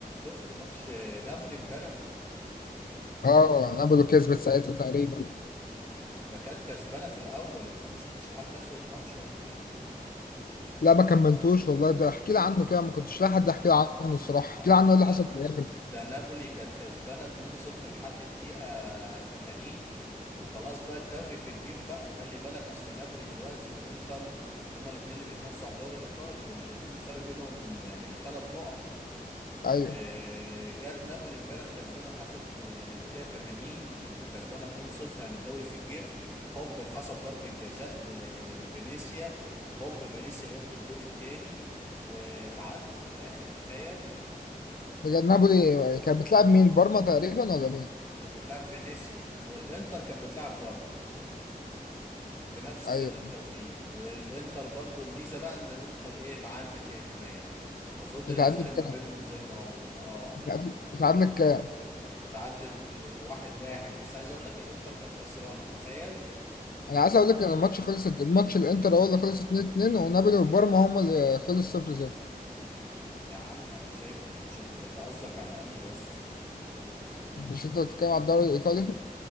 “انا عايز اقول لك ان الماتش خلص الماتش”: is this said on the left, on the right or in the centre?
Left